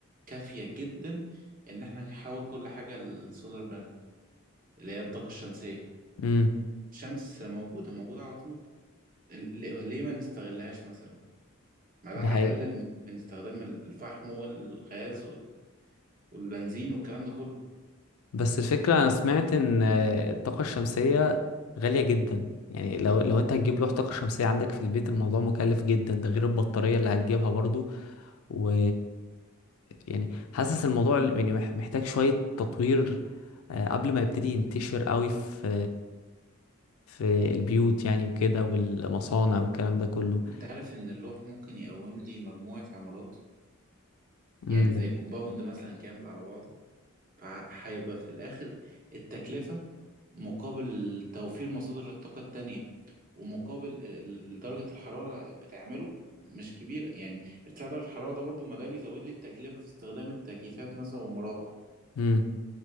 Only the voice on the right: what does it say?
كافيه جدا ان احنا نحول كل حاجه للسولار بانل اللي هي الطاقه الشمسيه
الشمس موجوده موجوده على طول ال- ال- ليه ما نستغلهاش مثلا ما ده
هيقلل
من من استخدام الفحم والغاز وال- والبنزين والكلام ده كله
ع-
انت عارف ان اللوح ممكن يقوم لي مجموعه عمارات
يعني زي كومباوند مثلا كامل على بعضه فهيبقى في الاخر التكلفه مقابل توفير مصادر الطاقة التانية ومقابل ال- ال- درجة الحرارة بتعمله مش كبيرة يعني ارتفاع درجة الحرارة ده برضو ما ده بيزود لي التكلفة في استخدام التكييفات مثلا والمراوح